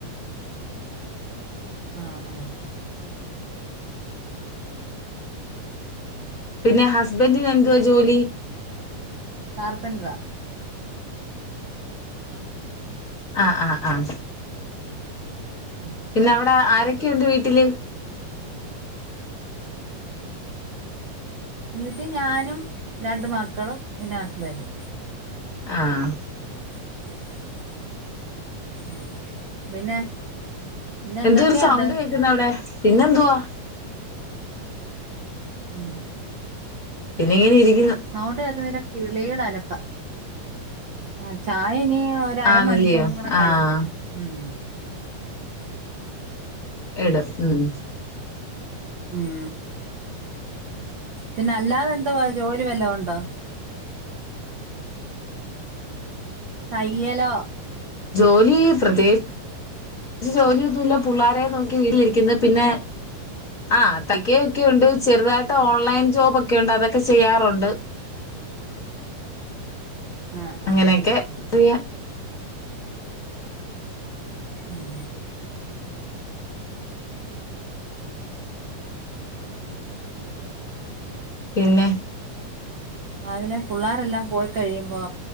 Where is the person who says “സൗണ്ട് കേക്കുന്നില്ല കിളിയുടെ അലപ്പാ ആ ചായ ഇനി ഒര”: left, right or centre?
Right